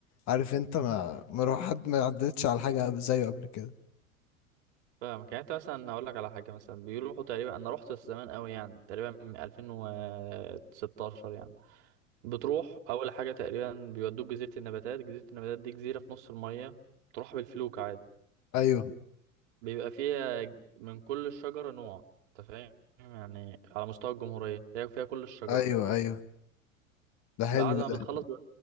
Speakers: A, on the left; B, on the right.
A: عارف أنت
B: مم.
A: ما ما روح حد ما عدتش على حاجة زيه قبل كده
B: فاهمك يعني انت مثلا هقول لك على حاجه مثلا بيروحوا تقريبا انا رحت بس زمان قوي يعني تقريبا من 2016 يعني بتروح اول حاجه تقريبا بيودوك جزيره النباتات جزيره النباتات دي جزيره في نص الميه تروح بالفلوك عادي
A: ايوه
B: بيبقى فيها من كل شجره نوع انت فاهم يعني على مستوى الجمهوريه هي فيها كل الشجر
A: ايوه ايوه ده حلو
B: بعد ما
A: ده
B: بتخلص بي-